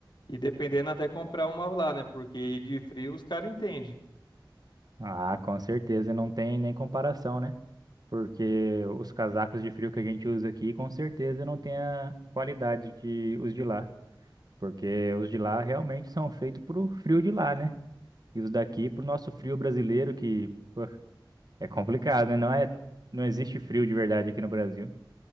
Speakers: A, on the left; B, on the right.
A: E dependendo, até comprar uma lá, né? Porque de frio os caras entendem.
B: Ah, com certeza, não tem nem comparação, né? Porque os casacos de frio que a gente usa aqui, com certeza não tem a qualidade que os de lá. Porque os de lá realmente são feitos pro frio de lá, né? E os daqui pro nosso frio brasileiro, que pô, é complicado, né? Não é, não existe frio de verdade aqui no Brasil.